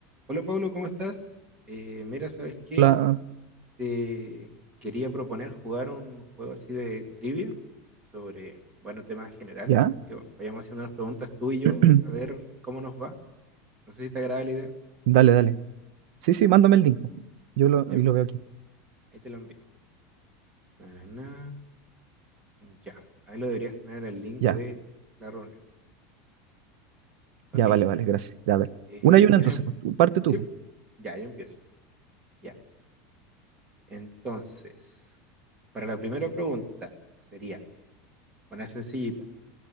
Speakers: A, on the right; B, on the right.
A: Hola Pablo, ¿cómo estás? Eh, mira, ¿sabes qué?
B: La...
A: Te quería proponer jugar un juego así de trivia sobre, bueno, tema general,
B: ¿Ya?
A: que vayamos haciendo unas preguntas tú y yo,
B: <clears throat>
A: a ver cómo nos va. No sé si te agrada la idea.
B: Dale, dale. Sí, sí, mándame el link. Yo lo,
A: Ya,
B: y lo veo aquí.
A: ahí te lo envío. Na, na, na. Ya, ahí lo deberías tener en el link
B: Ya,
A: de la reunión. Ok,
B: ya,
A: ya.
B: vale, vale, gracias. Ya, a ver.
A: Eh,
B: Una y una
A: ¿quieres
B: entonces,
A: em-
B: pues, tú- parte
A: Sí,
B: tú. po.
A: ya, ya empiezo. Ya. Entonces, para la primera pregunta sería, una sencillita.